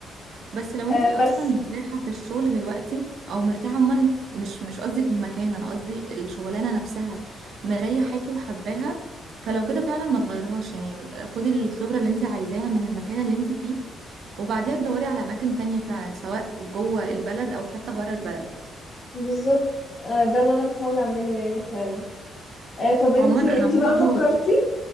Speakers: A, on the right; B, on the left.
A: بس لو انتي
B: آه،
A: اصلا
B: بس
A: مرتاحه في الشغل دلوقتي او مرتاحه عموما مش مش قصدي في المكان انا قصدي الشغلانه نفسها مريحاكي وحباها فلو كده فعلا ما تغيرهاش يعني خدي الخبره اللي انتي عايزاها من المكان اللي انتي فيه وبعديها تدوري على اماكن تانية فعلا سواء جوه البلد او حتى بره البلد
B: بالظبط آه، ده اللي انا بحاول اعمله يعني فعلا آه، طب انتي
A: عموما انا
B: انتي
A: برضو
B: بقى فكرتي